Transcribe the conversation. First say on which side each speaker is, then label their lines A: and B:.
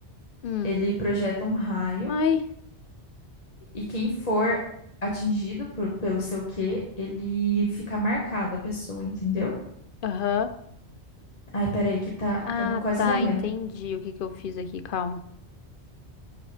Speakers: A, on the left; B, on the left.
A: Hum.
B: ele projeta um raio,
A: Ai.
B: e quem for atingido por- pelo seu Q, ele fica marcado, a pessoa, entendeu?
A: Aham.
B: Ai, peraí, que tá, estamos
A: Ah,
B: quase
A: tá.
B: morrendo.
A: Entendi o que que eu fiz aqui. Calma.